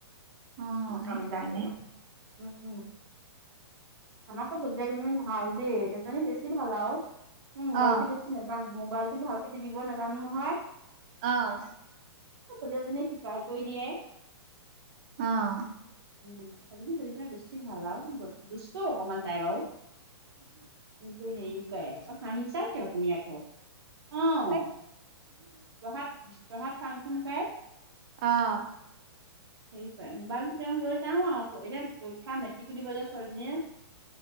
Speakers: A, on the right (about 20°); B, on the right (about 65°).
A: অ
B: নকা
A: সেইকাৰণে
B: মিলাইছে? উম উম। আমাৰটো ভতিজা কেইজনী ভাল দেই, এজনী বেছি ভাল আউ, মো মবাইলটো
A: অ
B: বেছি ছি নেজানো, মোবাইলটো ভালকে তিপিব নেজানো নহয়।
A: অ'হ।
B: এ ভতিজা জনীয়ে শিকাই-কয়ি দিয়ে।
A: অ'
B: উম, <unintelligible> দুষ্ট অকণমান তাই বাৰু। উম তো হেৰী কৰে- ত হাহিচ কিয় তুমি আকৌ? অঁ,
A: তাক
B: পঢ়াত- পঢ়াত ফাংফুং পাই।
A: অ'।
B: হেৰি কৰে মোবাইলতো তেওঁ লৈ যাও আউ এতিয়া পৰীক্ষা মেট্ৰিকো দিব যে ছোৱালী জনীয়ে।